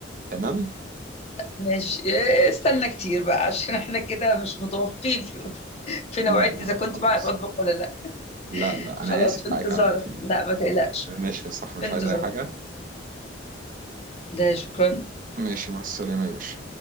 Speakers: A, on the right; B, on the left.
A: تمام
B: ماشي إيه، استنى كتير بقى عشان احنا كده مش متوافقين في, في نوعية
A: لا لا
B: اذا
A: لا
B: كنت
A: خلاص
B: بقى بطبخ ولا لا
A: لا لا
B: خلاص
A: انا اسف
B: في انتظارك
A: حقك عليا
B: لا ما تقلقش
A: ماشي يا صح مش
B: في انتظارك
A: عايز اي حاجه
B: ده شكرا
A: ماشي مع السلامه يا باشا